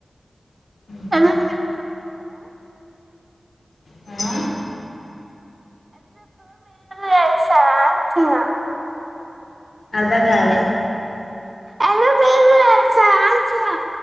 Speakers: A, on the left; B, on the right.
A: ఉహు.
B: అలా
A: ఆ
B: చేస్తారా అంటున్నా
A: అర్ధం కాలె
B: ఎందుకు మీరు చేస్తారా అంటున్నా